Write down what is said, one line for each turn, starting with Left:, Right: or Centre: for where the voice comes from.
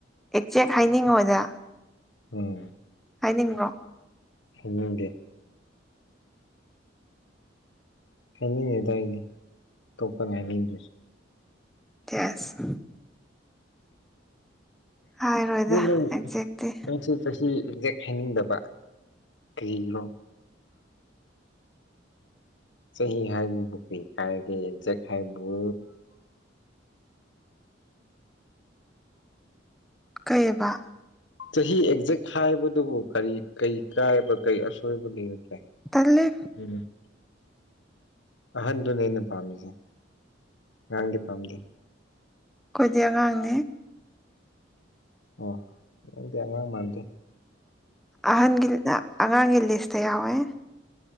Centre: ꯑꯦꯛꯖꯦꯛ ꯍꯥꯏꯅꯤꯡꯉꯣꯢꯗ
Left: ꯎꯝ
Centre: ꯍꯥꯏꯅꯤꯡꯕꯣ
Left: ꯍꯥꯏꯅꯤꯡꯗꯦ ꯍꯥꯏꯅꯤꯡꯉꯦꯗꯥꯏꯅꯦ ꯑꯇꯣꯞꯄꯅ ꯍꯥꯏꯅꯤꯡꯗ꯭ꯔꯁꯨ
Centre: ꯆꯁ ꯍꯥꯏꯔꯣꯏꯗ
Left: ꯑꯗꯨ
Centre: ꯑꯦꯛꯖꯦꯛꯇꯤ
Left: ꯃꯪꯁꯤ ꯆꯍꯤ ꯑꯦꯛꯖꯦꯛ ꯍꯥꯏꯅꯤꯡꯗꯕ ꯀꯩꯔꯣ ꯆꯍꯤ ꯍꯥꯏꯕꯕꯨ ꯀ꯭ꯔꯤ ꯀꯥꯏꯕꯒꯦ ꯑꯦꯛꯖꯦꯛ ꯍꯥꯏꯕꯨ
Centre: ꯀꯩꯑꯕ
Left: ꯆꯍꯤ ꯑꯦꯛꯖꯦꯛ ꯍꯥꯏꯕꯗꯨꯕꯨ ꯀꯔꯤ ꯀꯔꯤ ꯀꯥꯏꯕ ꯀꯔꯤ ꯑꯁꯣꯏꯕ ꯂꯩꯕꯒꯦ
Centre: ꯇꯍꯦ
Left: ꯎꯝ ꯑꯍꯟꯗꯨꯅꯦ ꯑꯩꯅ ꯄꯥꯝꯃꯤꯁꯦ ꯉꯥꯡꯗꯤ ꯄꯥꯝꯗꯦ
Centre: ꯑꯩꯈꯣꯏꯗꯤ ꯑꯉꯥꯡꯅꯦ
Left: ꯑꯣ ꯅꯪꯗꯤ ꯑꯉꯥꯡ ꯃꯥꯟꯗꯦ
Centre: ꯑꯍꯟꯒꯤ ꯑꯉꯥꯡꯒꯤ ꯂꯤꯁꯇ ꯌꯥꯎꯋꯦ